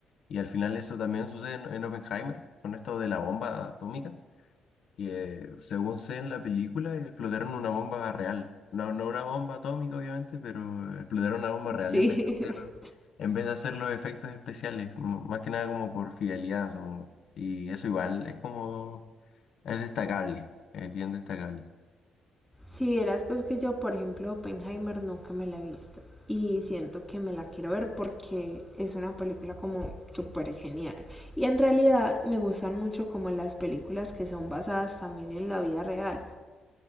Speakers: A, on the left; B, in the centre.
A: Y al final eso también sucede en, en Oppenheimer, con esto de la bomba atómica, que según sé en la película explotaron una bomba real. No, no una bomba atómica, obviamente, pero explotaron una bomba real
B: Sí,
A: en vez de hacer,
B: <laughs>
A: en vez de hacer los efectos especiales, m- más que nada como por fidelidad, supongo. Y eso igual es como, es destacable, es bien destacable.
B: Si vieras pues que yo, por ejemplo, Oppenheimer nunca me la he visto y siento que me la quiero ver porque es una película como súper genial. Y en realidad me gustan mucho como las películas que son basadas también en la vida real.